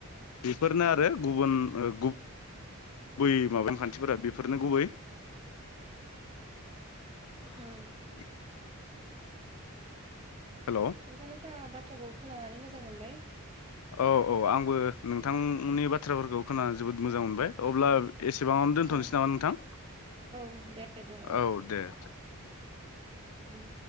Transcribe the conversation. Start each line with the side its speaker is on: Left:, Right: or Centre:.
Left: बेफोरनो आरो गुबुन ओ गुब बै माबानि खान्थिफोरा बेफ फोरनो गुबै <inaudible>
Right: उम
Left: हेलौ
Right: नोंथांनिखौ बाथ बाथ्राखौ खोनानानै मोजां मोनबाय।
Left: औ औ आंबो नोंथांनि बाथ्राफोरखौ खोनानै जोबोद मोजां मोनबाय अब्ला। एसेबांआवनो दोनथ'नोसै
Right: औ
Left: नामा नोंथां
Right: औ दे दे
Left: औ दे दे।
Right: उम।